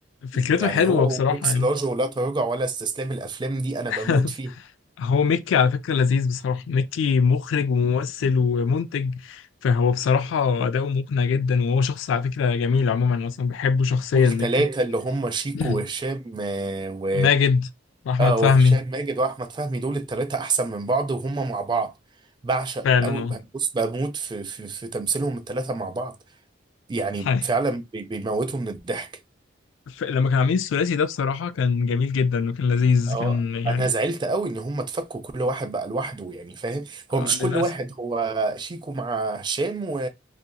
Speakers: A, on the left; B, on the right.
A: فكرته
B: يعني
A: حلوة
B: هو
A: بصراحة
B: واكس
A: يعني
B: لارج ولا تراجع ولا استسلام الافلام دي انا
A: <laughs>
B: بموت فيه
A: هو ميكي على فكرة لذيذ بصراحة ميكي مخرج وممثل ومنتج فهو بصراحة أداؤه مقنع جدا وهو شخص على فكرة جميل عموما أنا أصلا بحبه شخصيا
B: والتلاتة
A: ميكي
B: اللي هم شيكو
A: <clears throat>
B: وهشام آه، و
A: ماجد وأحمد
B: اه وهشام
A: فهمي
B: ماجد واحمد فهمي دول التلاتة احسن من بعض وهم مع بعض بعشق
A: فعلا
B: قوي
A: اه
B: بص بموت في في في تمثيلهم التلاتة مع بعض يعني
A: حي.
B: فعلا بي- بيموتوا من الضحك
A: ف- لما كانوا عاملين الثلاثي ده بصراحة كان جميل جدا وكان لذيذ
B: اه
A: كان يعني
B: انا زعلت قوي ان هم اتفكوا كل واحد بقى لوحده يعني فاهم
A: آه
B: هو مش
A: للأسف
B: كل واحد هو شيكو مع هشام و...